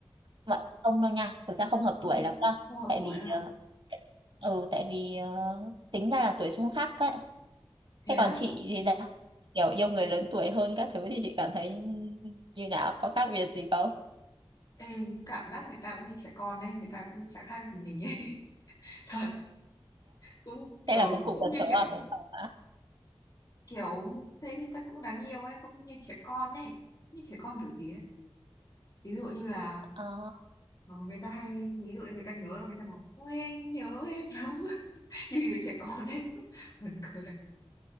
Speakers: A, on the right; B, on the left.
A: bọn không đâu nha thực ra không hợp
B: không
A: tuổi lắm đâu
B: không hợp
A: tại
B: tuổi
A: vì
B: hả
A: ờ, ừ tại vì ờ, tính ra là tuổi xung khắc ấy
B: thế
A: thế
B: á
A: còn chị thì sao kiểu yêu người lớn tuổi hơn các thứ thì chị cảm thấy như nào có khác biệt gì không
B: Ê, cảm giác người ta vẫn như trẻ con đấy người ta cũng chả khác gì mình ấy <laughs> thật cũng
A: thế
B: ừ
A: là cũng cùng
B: cũng
A: tần
B: như
A: số
B: kiểu
A: à cũng hợp à
B: kiểu thấy người ta cũng đáng yêu ấy cũng như trẻ con ấy như trẻ con kiểu gì ấy ví dụ như là
A: Ờ,
B: ờ, người ta hay ví dụ như người ta nhớ là người ta bảo ôi anh nhớ em lắm <laughs> như đứa trẻ con ấy <laughs> buồn cười